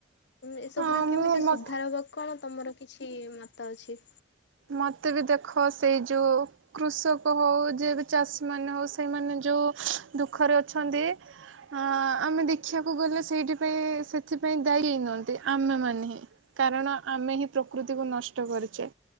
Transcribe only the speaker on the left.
ଏସବୁରେ
କେମିତି
ସୁଧାର
ହବ କଣ ତମର କିଛି ମତା ଅଛି?